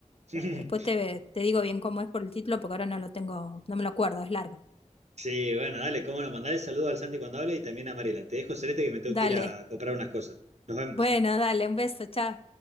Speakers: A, on the right; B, on the left.
A: <laughs>
B: Eh, después te, te digo bien cómo es por el título, porque ahora no lo tengo, no me lo acuerdo, es largo.
A: Sí, bueno, dale, cómo no, mandale saludos al Santi cuando hable y también a Mariela. Te dejo, Celeste, que me tengo
B: Dale,
A: que ir a comprar unas cosas. Nos vemos.
B: bueno, dale, un beso, chao.